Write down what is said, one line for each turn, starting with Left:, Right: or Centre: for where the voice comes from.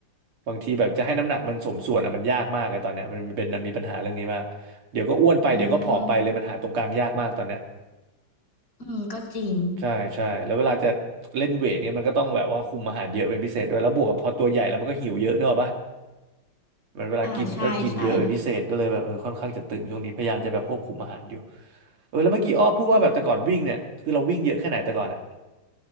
Right: บางทีแบบจะให้น้ำหนักมันสมส่วนอะมันยากมากเลยตอนเนี้ยมันเป็นมีปัญหาเรื่องนี้มากเดี๋ยวก็อ้วนไปเดี๋ยวก็ผอมไปเลยมันหาตรงกลางยากมากตอนเนี้ย
Left: อืมอืมก็จริง
Right: ใช่ใช่แล้วเวลาจะเล่นเวทเนี่ยมันก็ต้องแบบว่าคุมอาหารเยอะเป็นพิเศษด้วยแล้วบวกกับพอตัวใหญ่แล้วมันก็หิวเยอะเนอะปะมันเวลากินก็กินเยอะเป็นพิเศษก็เลยแบบเออค่อนข้างจะตึงช่วงนี้พยายามจะแบบควบคุมอาหารอยู่
Left: อ่าใช่ใช่
Right: เออแล้วเมื่อกี้อ้อพูดว่าแบบแต่ก่อนวิ่งเนี่ยคือเราวิ่งเยอะแค่ไหนแต่ก่อนอะ
Left: ของ